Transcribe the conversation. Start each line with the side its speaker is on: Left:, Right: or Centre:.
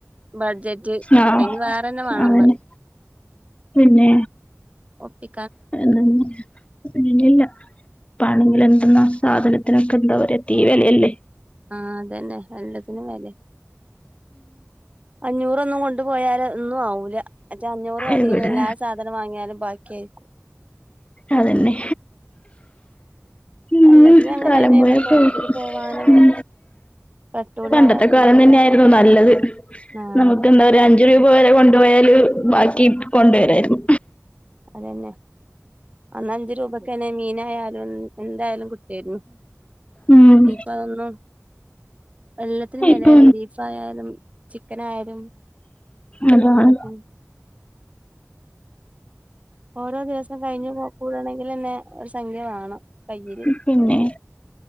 Right: ബഡ്ജറ്റ്
Left: ആ
Right: അയിന് വേറെന്നെ വേണം
Left: അതന്നെ
Right: പറയും
Left: പിന്നെ
Right: ഒപ്പി
Left: <unintelligible> ഇല്ല ഇല്ലാ ഇപ്പാണെങ്കിലെന്ത്ന്നാ സാധനത്തിനൊക്കെ എന്താ പറിയാ തീ വെലയല്ലേ
Right: ആഹ് അതന്നെ എല്ലത്തിനും വെലയാ അഞ്ഞൂറൊന്നും കൊണ്ടു പോയാല് ഒന്നും ആവൂലാ അജ് അഞ്ഞൂറ് മതിയേനും
Left: എവിടെ
Right: എല്ലാ സാധനം വാങ്ങിയാലും ബാക്കി ആയിക്കും
Left: അതന്നെ ഉം
Right: എല്ലാത്തിനും അങ്ങനെന്നെയാണ്
Left: കാലം പോയ
Right: പൊറത്ത്ക്ക്
Left: പോക്ക്
Right: പോവാനും
Left: ഉം
Right: പെട്രോളിനായാലും
Left: പണ്ടത്തെ കാലം
Right: എല്ലാത്തിനും
Left: തന്നെയായിരുന്നു നല്ലത്
Right: ആഹ്
Left: നമുക്ക് എന്താ പറയാ അഞ്ച് അഞ്ച് രൂപ വരെ കൊണ്ടു പോയാലും ബാക്കി കൊണ്ട് വരായിരുന്നു
Right: അതന്നെ അന്നഞ്ച് രൂപക്കന്നെ മീനായാലും എന്തായാലും കിട്ടേരുന്നു
Left: ഉം
Right: ഇപ്പ അതൊന്നും എല്ലാത്തിനും വെലയാണ്
Left: ഇപ്പൊ
Right: ബീഫായാലും ചിക്കനായാലും
Left: അതാണ്
Right: എല്ലാത്തിനും ഓരോ ദിവസം കഴിഞ്ഞു പോ കൂടണെങ്കിലെന്നെ ഒരു സംഖ്യ വേണം കൈയ്യി
Left: ഉം പിന്നെ